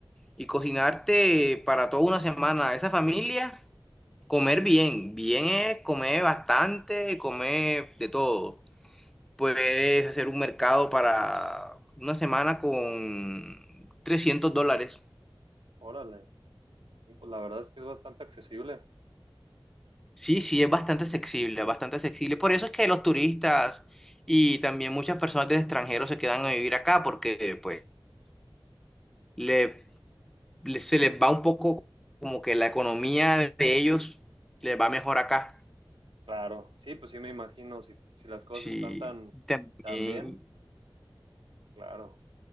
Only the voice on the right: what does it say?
Órale, pues la verdad es que es bastante accesible.
Claro, sí, pues sí me imagino, si, si las cosas
están tan,
tan bien, claro.